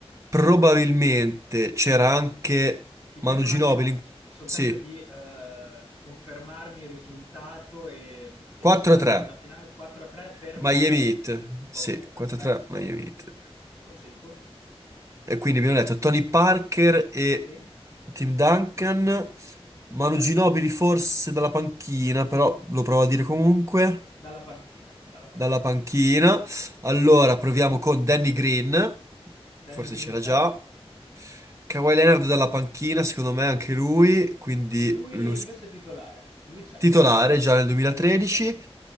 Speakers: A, on the right; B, on the left.
A: probabilmente c'era anche
B: Ti chiedo
A: Manu
B: un
A: Ginobili.
B: attimo
A: in-
B: s- soltanto
A: Sì,
B: di eh, confermarmi il risultato e, e
A: 4-3
B: squadra della finale 4-3 per
A: Miami
B: Miami.
A: Heat.
B: Ok,
A: Sì,
B: perfetto.
A: 4-3 Miami Heat.
B: Procedi pure?
A: E quindi abbiamo detto Tony Parker e
B: Sì?
A: Tim Duncan. Manu
B: Corretto?
A: Ginobili forse dalla panchina, però lo provo a dire comunque.
B: Dalla panchina, dalla panchina.
A: dalla panchina. Allora proviamo con Danny Green,
B: Danny
A: forse
B: Green
A: c'era
B: c'è,
A: già. Kawhi Leonard dalla panchina, secondo me anche lui, quindi
B: lui
A: lo
B: invece
A: s-
B: è titolare, lui c'è,
A: titolare già nel 2013.
B: c'è nel quintetto.